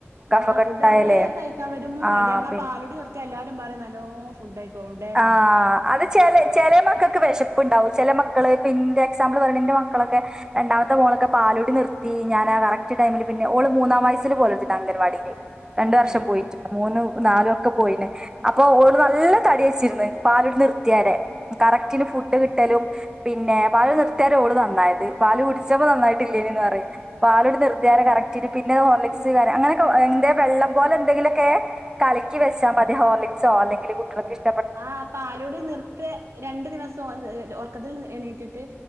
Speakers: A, on the right (about 15°); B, on the right (about 85°).
A: കഫക്കെട്ടായാലേ
B: ആഹ് ഫുഡ് അതേ കഴിക്കാൻ വരും
A: ആഹ്
B: മടി നമ്മള
A: പിന്നെ
B: ആ പാലൂടി നിർത്തിയ എല്ലാരും പറിം നല്ലോം ഫുഡയിക്കും എവ്ടെ
A: ആഹ് അത് ചെലെ ചെലെ മക്കക്ക് വെഷപ് പ് ഇണ്ടാവും ചെല മക്കള് ഇപ്പൊ ന്റെ എക്സാമ്പിൾ പരണന്റെ മക്കളൊക്കെ രണ്ടാമത്തെ മോളൊക്കെ പാലൂടി നിർത്തി ഞാൻ ആ കറക്റ്റ് ടൈമില് പിന്നെ ഓള് മൂന്നാം വയസ്സില് പോലെടത്തി അംഗൻവാടിക്ക്. രണ്ട് വർഷം
B: ആഹ്
A: പോയിറ്റ്ണ്ട് മൂന്നും നാലും
B: ഉം
A: ഒക്കെ പോയിന് അപ്പൊ ഓള് നല്ല തടിവെ ചിരിന്ന് പാലുടി നിർത്തിയാരെ കറക്റ്റിന് ഫു ഡ് കിട്ടലും പിന്നെ പാലുടി നിർതേരാ ഓള് നന്നായത് പാല് കുടിച്ചപ്പോ നന്നായിട്ടില്ലേനന്ന് പറിം. പാലോട് നിർത്തിയെ
B: ഉം
A: കറക്റ്റിന് പിന്നെ ഹോർലിക്സ് കാര്യ അങ്ങനൊക്കെ എന്തേലും വെള്ളം പോലെ എന്തെങ്കിലൊക്കെ. കലക്കി വച്ചാ മതി ഹോർളിക്സൊ അല്ലെങ്കില് കുട്ടികൾക്ക്ഷ്
B: ഉം ആഹ് പാലുടി നിർത്തെ രണ്ടു ദിവസം ഒർ ഒർക്കത്തിൽ എണീറ്റിട്ട്